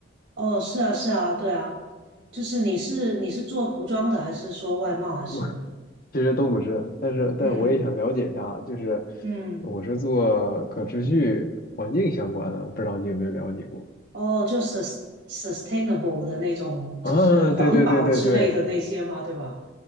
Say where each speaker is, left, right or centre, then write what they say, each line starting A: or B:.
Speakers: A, on the right; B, on the left.
A: 哦，是啊，是啊，对啊，就是你是你是做服装的，还是说外贸，还是
B: 我其实都不是，但是但是我也想了解一下啊，
A: 嗯
B: 就是
A: 嗯。
B: 我是做可持续环境相关的，我不知道你有没有了解过？
A: 哦，就 sus sustainable 的那种，就是环保之类的那些嘛，
B: 啊，对对对对对，
A: 对吧？